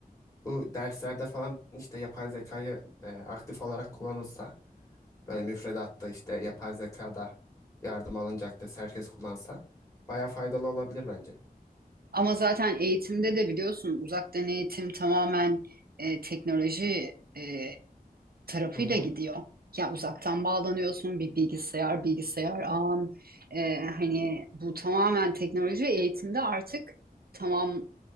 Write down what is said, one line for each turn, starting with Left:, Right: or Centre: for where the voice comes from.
Left: Bu derslerde falan işte yapay zekayı e, aktif olarak kullanılsa böyle müfredatta işte yapay zekada yardım alınacak ders herkes kullansa baya faydalı olabilir bence.
Right: Ama zaten eğitimde de biliyorsun uzaktan eğitim tamamen e, teknoloji e, tarafıyla
Left: Hı hı.
Right: gidiyor. Ya uzaktan bağlanıyorsun bir bilgisayar, bilgisayar ağın. Ee, hani bu tamamen teknoloji eğitimde artık tamam